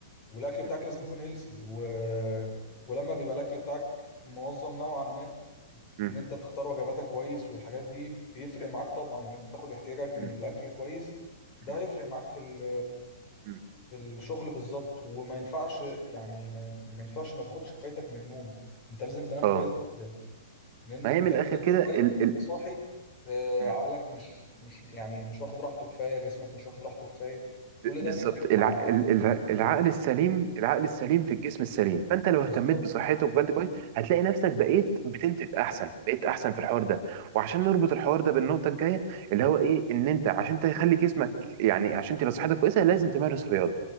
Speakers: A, on the left; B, on the right.
A: والاكل بتاعك
B: م-
A: لازم يكون هيلسي و... ولما بيبقى الاكل بتاعك منظم نوعا ما
B: م-
A: ان انت تختار وجباتك كويس والحاجات دي بيفرق معاك طبعا ان انت تاخد احتياجك من
B: م-
A: الاكل كويس ده
B: م-
A: هيفرق معاك في ال...
B: م.
A: في الشغل بالظبط وما ينفعش يعني ما, ين... ما ينفعش ما تاخدش كفايتك من النوم انت لازم تنام
B: اه
A: كويس جدا لان
B: ما
A: انت
B: هي من
A: لو
B: الاخر
A: نمت
B: كده
A: شويه
B: ال
A: تبقى صاحي آه،
B: ال
A: عقلك مش مش يعني مش واخد راحته كفايه جسمك مش واخد راحته كفايه
B: ب-
A: كل
B: بالظبط
A: ده بيفرق مع
B: الع... ال- ال-
A: فيك جدا
B: العقل السليم العقل السليم في الجسم السليم فانت لو اهتميت
A: بالظبط
B: بصحتك وجلد كويس هتلاقي نفسك بقيت بتنتج احسن بقيت احسن في الحوار ده وعشان نربط الحوار ده بالنقطه الجايه اللي هو ايه ان انت عشان تخلي جسمك يعني عشان تبقى صحتك كويسه لازم تمارس رياضه